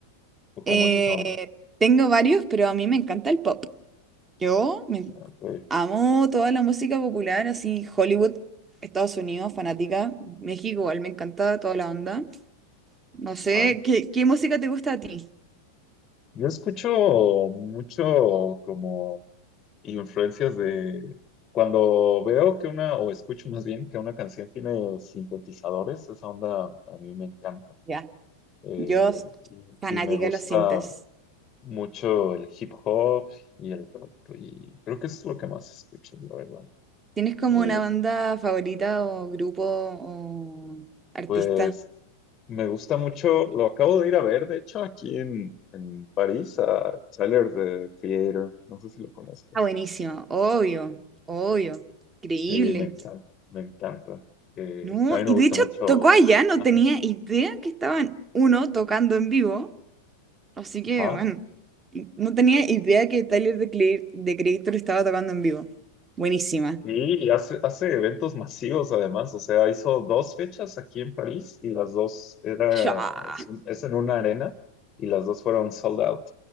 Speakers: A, on the left; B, on the right.
A: o cómo
B: Eh,
A: es esa onda?
B: tengo varios, pero a mí me encanta el pop. Yo me
A: Ah, ok.
B: amo toda la música popular, así Hollywood, Estados Unidos, fanática. México igual me encanta toda la onda. No sé,
A: Ah.
B: ¿qué, qué música te gusta a ti?
A: Yo escucho mucho como influencias de cuando veo que una, o escucho más bien que una canción tiene sintetizadores, esa onda a mí me encanta.
B: Ya,
A: Eh,
B: yo s-
A: y,
B: fanática
A: y me gusta
B: de los sintes.
A: mucho el hip hop y el rap, y creo que eso es lo que más escucho, la verdad.
B: ¿Tienes como
A: Eh,
B: una banda favorita o grupo o artista?
A: Pues me gusta mucho, lo acabo de ir a ver, de hecho, aquí en, en París, a Tyler, the Creator, no sé si lo conozcas.
B: Ah, buenísimo, obvio, obvio, increíble.
A: Sí, me encanta, me encanta. Eh,
B: No,
A: también
B: y
A: me gusta
B: de hecho
A: mucho.
B: tocó allá, no
A: Ajá.
B: tenía idea que estaban uno tocando en vivo, así que
A: ajá.
B: bueno, y no tenía idea que Tyler de cre the Creator estaba tocando en vivo. Buenísima.
A: Sí, Y hace, hace eventos masivos además, o sea, hizo dos fechas aquí en París y las dos era,
B: Chá,
A: es, es en una arena y las dos fueron sold out.